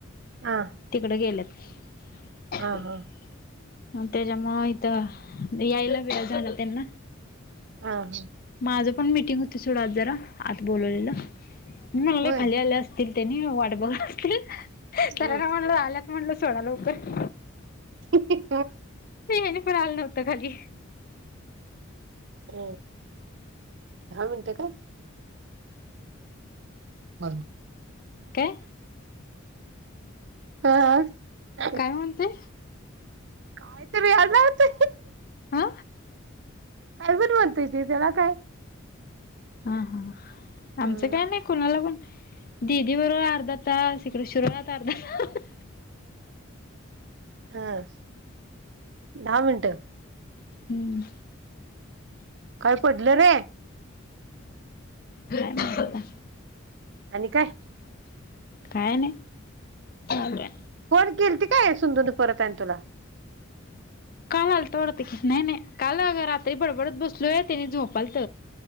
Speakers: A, on the right; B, on the left.
A: हा
B: तिकडं गेल्यात <inaudible>
A: हा हा
B: त्याच्या म इथ यायला वेळ झालं त्यांना
A: ह हा.
B: माझं पण मीटिंग होत सथोडं आज जरा आता बोलवलेलं. म्ह
A: होय
B: खाली आले असतील त्यांनी वाट बघ असतील
A: हम्म
B: तर ना म्हणलं आ म्हणलं सोणा लवकर.
A: किती.
B: नाही आहे फ हल नव्हता खाली
A: अम दहा मिनटं काय? बरब
B: काय
A: हा हि हि.
B: को म्हनतय?
A: आयत र अत.
B: हा.
A: काय पण म्हणताय त त्याला काय.
B: हा हा आमचं
A: हं
B: काय नाही कुणाला पण दिीदी बर अर्धा तास इकडे शरुवात अर्धा तास.
A: हा दहा मिनट.
B: हम्म.
A: काय पडलं रे?
B: काय माहित
A: ह
B: आता
A: आणि काय?
B: काय नाही. चालूय
A: फोन केलती काय सिंधु न परत आणि तुला?
B: काल आलता वाटतं की, नाही नाही काल अग रात्री बडबडत बसलो आहे तेनी झोपालत.